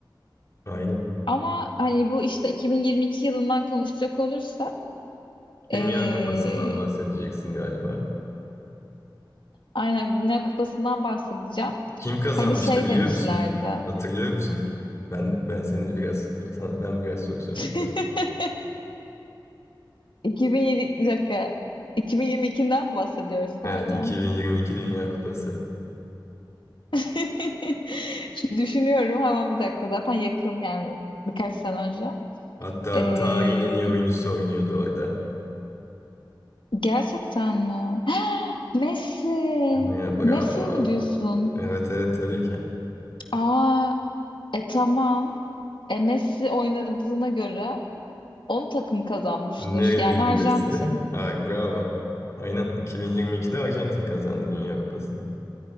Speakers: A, on the left; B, on the left.
A: Aynen.
B: Ama hani bu işte 2022 yılından konuşacak olursak
A: Dünya
B: ee,
A: Kupası'ndan bahsedeceksin galiba.
B: Aynen dünya kupasından bahsedeceğim.
A: Kim kazanmıştı
B: Hani şey
A: biliyor
B: demişlerdi.
A: musun? Hatırlıyor musun? Ben ben seni biraz sana- ben biraz soru sorayım
B: <laughs>
A: sana.
B: 2007 bir dakika. 2022'den mi bahsediyoruz
A: Evet
B: hala.
A: 2022 Dünya Kupası.
B: <laughs> Şimdi düşünüyorum hemen bir dakika. Zaten yakın yani birkaç sene önce.
A: Hatta
B: Ee,
A: tarihin en iyi oyuncusu oynuyordu orada.
B: gerçekten mi? <gasps> Messi.
A: Ya, bravo.
B: Messi mi diyorsun?
A: Evet evet tabii ki.
B: Aa, e tamam. E, Messi oynadığına göre onun takımı kazanmıştır.
A: Nereliydi
B: Yani Arjantin.
A: Messi? Ay bravo. Aynen 2022'de Arjantin kazandı Dünya Kupası'nı.